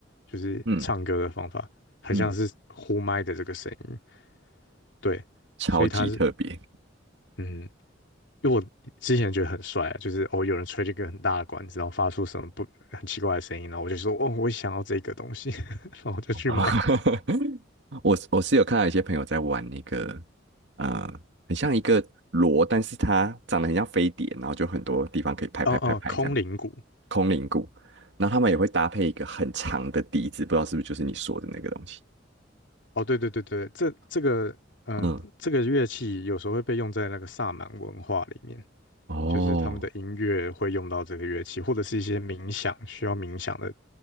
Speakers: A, on the left; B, on the right.
A: 就是唱歌的方法，
B: 嗯
A: 很像是呼麦的这个声音。
B: 嗯，
A: 对，
B: 超级特别，
A: 所以它是嗯，因为我之前觉得很帅啊，就是哦，有人吹这个很大的管子，然后发出什么不很奇怪的声音，然后我就说哦，我想要这个东西，<laughs> 然后我就去买。
B: <laughs> 我我是有看到一些朋友在玩那个，呃，很像一个螺，但是它长得很像飞碟，然后就很多地方可以拍拍拍拍这样，
A: 哦哦，空灵鼓。
B: 空灵鼓，然后他们也会搭配一个很长的笛子，不知道是不是就是你说的那个东西。
A: 哦，对对对对，这这个嗯这个乐器有时候会被用在那个萨满文化里面，
B: 嗯，哦，
A: 就是他们的音乐会用到这个乐器，或者是一些冥想需要冥想的